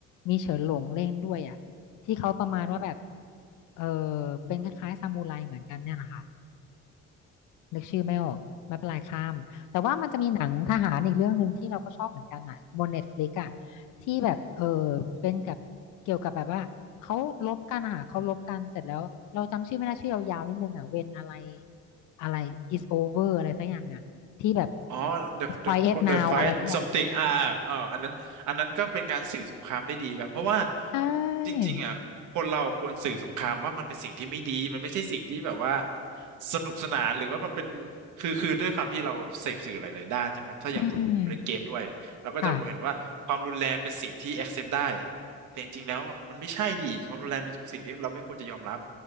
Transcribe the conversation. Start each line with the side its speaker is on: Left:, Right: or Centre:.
Left: มีเฉินหลงเล่นด้วยอ่ะที่เขาประมาณว่าแบบเออเป็นคล้ายๆซามูไรเหมือนกันเนี่ยนะคะ นึกชื่อไม่ออกไม่เป็นไรข้ามแต่ว่ามันจะมีหนังทหารอีกเรื่องหนึ่งที่เราก็ชอบเหมือนกันนะบนเน็ตฟลิกอะที่แบบเออเป็นกับเกี่ยวกับแบบว่าเขาลบกันอะค่ะเขาลบกันเสร็จแล้วเราจำชื่อไม่ได้ชื่อยาวๆนิดนึงอะเวนอะไรอะไร is over อะไรสักอย่างเนี่ยที่แบบ
Right: อ๋อ the
Left: quiet
Right: the
Left: now
Right: the fight
Left: อะไรสักอย่าง
Right: something อ่าอ่าเอออันนั้นอันนั้นก็เป็นการสื่อสงครามได้ดีครับเพราะว่า
Left: ใช่
Right: จริงๆอ่ะคนเราควรสื่อสงครามว่ามันเป็นสิ่งที่ไม่ดีมันไม่ใช่สิ่งที่แบบว่าสนุกสนานหรือว่ามันเป็นคือคือด้วยความที่เราเสพสื่อหลายๆด้านใช่ไหมครับถ้าอย่างตัวผมผมเล่นเกมด้วยเราก็จะเห็นว่าความรุนแรงเป็นสิ่งที่
Left: อืมค่ะ
Right: accept ได้แต่จริงๆแล้วมันไม่ใช่ดีความรุนแรงเป็นสิ่งที่เราไม่ควรจะยอมรับ